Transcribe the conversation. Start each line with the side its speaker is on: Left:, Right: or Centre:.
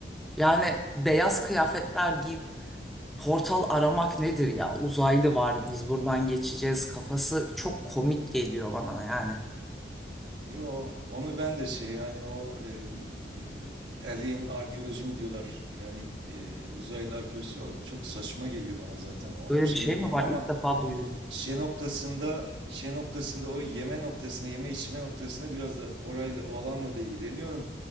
Centre: Yani beyaz kıyafetler giyip portal aramak nedir ya? Uzaylı var biz buradan geçeceğiz kafası çok komik geliyor bana yani.
Right: Yo, onu ben de şey yani o e, e, alien arkeoloji mi diyorlar yani e, uzaylı arkeoloji o çok saçma geliyor bana zaten ona
Centre: Böyle
Right: bir şey
Centre: bir şey
Right: demiyorum
Centre: mi var?
Right: ama
Centre: İlk defa duyuyorum.
Right: Şe noktasında, şe noktasında o yeme noktasında, yeme içme noktasında biraz da orayla, o alanla da ilgileniyorum.